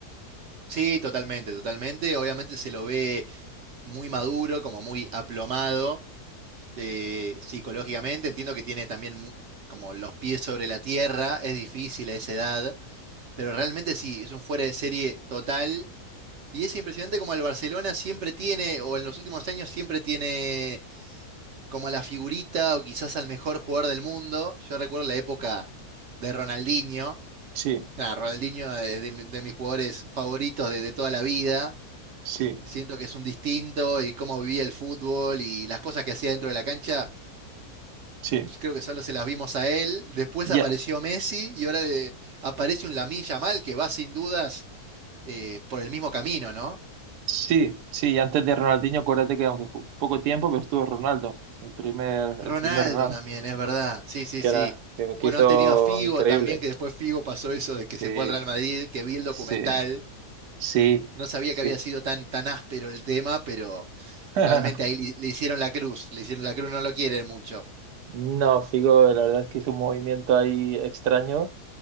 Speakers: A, on the right; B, on the right.
A: Sí, totalmente, totalmente. Obviamente se lo ve muy maduro, como muy aplomado eh, psicológicamente. Entiendo que tiene también mu- como los pies sobre la tierra. Es difícil a esa edad, pero realmente sí, es un fuera de serie total. Y es impresionante como el Barcelona siempre tiene, o en los últimos años siempre tiene como a la figurita o quizás al mejor jugador del mundo. Yo recuerdo la época de Ronaldinho.
B: Sí,
A: Nada, Ronaldinho eh, de, mi- de mis jugadores favoritos de, de toda la vida.
B: sí,
A: Siento que es un distinto y cómo vivía el fútbol y las cosas que hacía dentro de la cancha.
B: sí.
A: Yo creo que solo se las vimos a él. Después
B: Ya,
A: apareció Messi y ahora eh, aparece un Lamine Yamal que va sin dudas eh, por el mismo camino, ¿no?
B: Sí, sí, y antes de Ronaldinho, acuérdate que aunque fue poco tiempo, pero estuvo Ronaldo, el primer,
A: Ronaldo
B: el primer Ronaldo.
A: también, es verdad. Sí, sí,
B: que
A: sí.
B: era, que, que
A: Bueno,
B: hizo
A: han tenido a Figo
B: increíble.
A: también, que después Figo pasó eso de que se
B: Sí,
A: fue al Real Madrid, que vi el documental.
B: sí, sí,
A: No sabía
B: sí.
A: que había sido tan, tan áspero el tema, pero
B: <laughs>
A: realmente ahí le, le hicieron la cruz, le hicieron la cruz, no lo quieren mucho.
B: No, Figo, la verdad es que hizo un movimiento ahí extraño